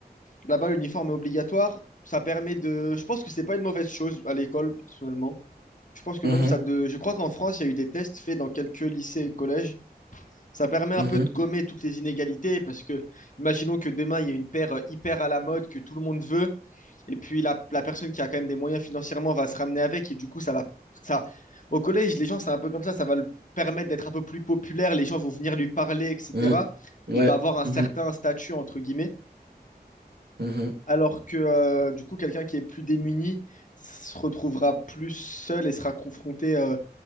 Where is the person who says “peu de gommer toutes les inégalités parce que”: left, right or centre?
Left